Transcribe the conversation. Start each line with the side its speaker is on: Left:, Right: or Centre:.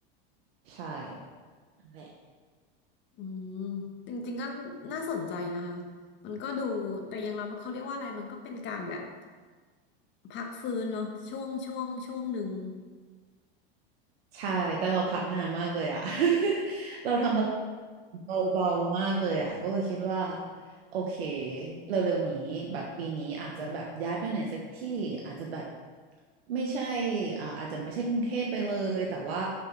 Right: ใช่นั่ะ
Left: อืมจริงๆก็น่าสนใจนะคะมันก็ดูแต่อย่างเราเขาเรียกว่าอะไรมันก็เป็นการแบบพักฟื้นเนาะช่วงช่วงช่วงหนึ่ง
Right: ใช่แต่เราพักนานมากเลยอ่ะ <laughs> เราทำอะไรเบาๆมากเลยอ่ะก็เลยคิดว่าโอเคเร็วๆนี้แบบปีนี้อาจจะแบบย้ายไปไหนสักที่อาจจะแบบไม่ใช่อ่าอาจจะไม่ใช่กรุงเทพไปเลยแต่ว่า